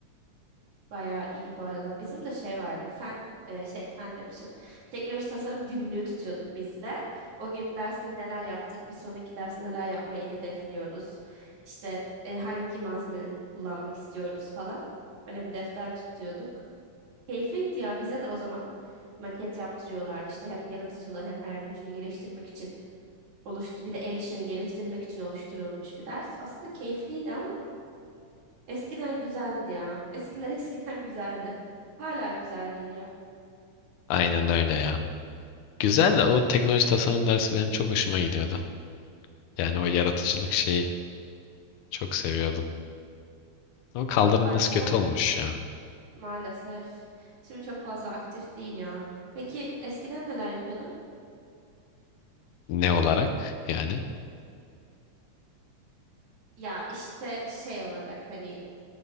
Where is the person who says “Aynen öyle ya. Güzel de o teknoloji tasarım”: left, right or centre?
Left